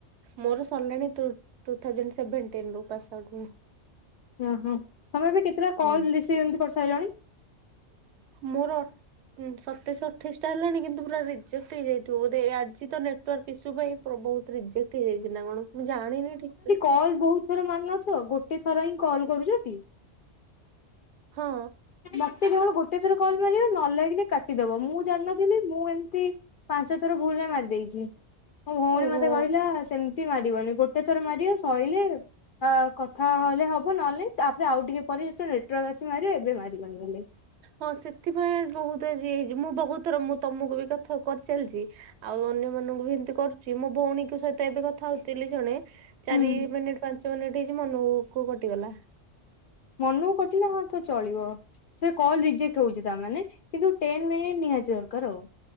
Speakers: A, on the right (about 70°); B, on the left (about 60°).
A: ମୋର ସରିଲାଣି ଟୁ ଟୁ ଥାଉଜେଣ୍ଡ ସେଭେଣ୍ଟିନ୍ ରୁ ପାସ୍ ଆଉଟ୍ ମୁଁ।
B: ଓହୋ। ତମେ ବି କେତେଟା କଲ୍
A: ହୁଁ।
B: ରିସିଭ ଏମିତି କରିସାଇଲଣି?
A: ମୋର ଉଁ ସତେଇଶ ଅଠେଇଶ ଟା ହେଲାଣି କିନ୍ତୁ ପୁରା ରିଜେକ୍ଟ ହେଇଯାଇଥିବ ବୋଧେ। ଆଜି ତ ନେଟ୍ ଟୱାର୍କ ଇସୁ ପାଇଁ ପୁରା ବହୁତ ରିଜେକ୍ଟ ହେଇଯାଇଚି ନା କଣ ମୁଁ ଜାଣିନି ଠିକ ସେ।
B: କଲ ବହୁତ ଥର ମାରୁନଥିବ ଗୋଟେ ଥର ହିଁ କଲ୍ କରୁଚ ଟି?
A: ହଁ।
B: ମତେ କେବଳ ଗୋଟେ ଥର କଲ୍ ମାରିବ ନ ଲାଗିଲେ କାଟିଦବ। ମୁଁ ଜାଣିନ ଥିଲି ମୁଁ ଏମିତି ପାଞ୍ଚ ଥର ଭୁଲ ରେ ମାରିଦେଇଚି ମୋ ଭଉଣୀ
A: ଓହୋ।
B: ମତେ କହିଲା ସେମିତି ମା ରିବନି। ଗୋଟେ ଥର ମାରିବ ସଇଲେ ଆ କଥା ହେଲେ ହ ବ ନହେଲେ ନାଇଁ ତାପରେ ଆଉ ଟିକେ ପରେ ଜେତେଳେ ନେଟୱାର୍କ ଆସିବ ମାରିବ ଏବେ ମାରିବନି ବୋଇଲେ।
A: ହଁ ସେଥିପାଇଁ ବହୁତ ଆଜି ହେଇଚି। ମୁଁ ବହୁତ ଥର ମୁଁ ତମକୁ ବି କଥା କରିଚାଲିଚି। ଆଉ ଅନ୍ୟ ମାନଙ୍କୁ ବି ଏମିତି କରୁଛି ମୋ ଭଉଣୀଙ୍କ ସହିତ ଏବେ କଥା ହଉଥିଲି ଜଣେ ଚାରି
B: ହୁଁ
A: ମିନିଟ ପାଞ୍ଚ ମିନିଟ୍ ହେଇଚି ମନ କୁ କଟିଗଲା।
B: ମନକୁ କଟିଲା ହଁ ତ ଚଳିବ। ସେ କଲ ରଜେକ୍ଟ ହଉଚି ତାମାନେ କିନ୍ତୁ ଟେନ୍ ମିନିଟ୍ ନିହାତି ଦରକାର ଆଉ।